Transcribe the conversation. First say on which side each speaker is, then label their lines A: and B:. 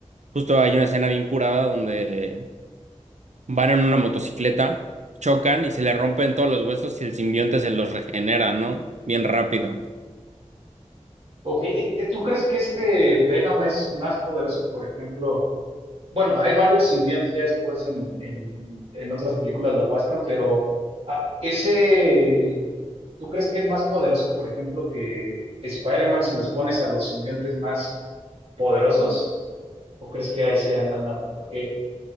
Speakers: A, on the right (about 75°); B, on the right (about 55°).
A: Justo hay una escena bien curada donde van en una motocicleta, chocan y se le rompen todos los huesos y el simbionte se los regenera, ¿no? Bien rápido.
B: ok. Eh, eh, ¿Tú crees que este Venom es más poderoso, por ejemplo? Bueno, hay varios simbiontes ya después en, en, en otras películas lo muestran, pero ah, ese, ¿tú crees que es más poderoso, por ejemplo, que Spider-Man si los pones a los simbiontes más poderosos? ¿O crees que ahí se andan dando? Porque